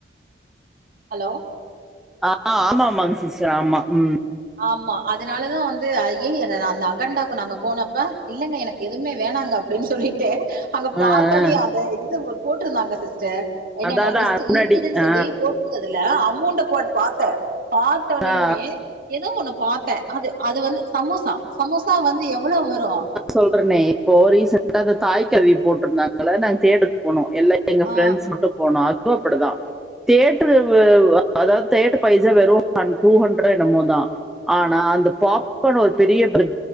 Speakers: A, on the right; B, in the centre.
A: ஹலோ?
B: ஆ ஆமாமாங் சிஸ்டர் ஆமா ம்.
A: ஆமா அதனாலதா வந்து அய்யய்ய ந நா அந்த அகண்டாவ்க்கு நாங்க போனப்ப இல்லங்க எனக் எதுமே வேணாங்க அப்டினு சொல்லிட்டு அங்க
B: ஆ,
A: பாத்தொனியு
B: ஆ.
A: அந்த இது ஒர் போட்ருந்தாங்க சிஸ்டர். என்னன்ன
B: அதான் அதான்
A: லிஸ்ட்டு
B: முன்னாடி
A: இருக்குதுன்
B: ஆ
A: சொல்லி போட்ரு ந்ததுல அமௌண்ட போட் பாத்தே பாத்தொனியுமே
B: ஆ.
A: எதோ ஒண்ண பாத்தே அது அது வந்து சமோசா சமோசா வந்து எவ்வளோ வரு?
B: சொல்றனே இப்போ ரீசெண்டா அந்த தாய்க்கெழவி போட்டிருந்தாங்கள்ல நாங்க தேட்ருக் போனோ எல்லா எங்க
A: ஆ
B: ஃப்ரெண்ட்ஸ் மட்டு போனோ அதுவு அப்பிடிதா. தியேட்ரு வ வ் அதாவ் தியேட்ரு பைசா வெறு ஹண் டூ ஹண்ட்ரோ என்னமோ தா. ஆனா
A: ம்
B: அந்த பாப்கான் ஒரு பெரிய பிர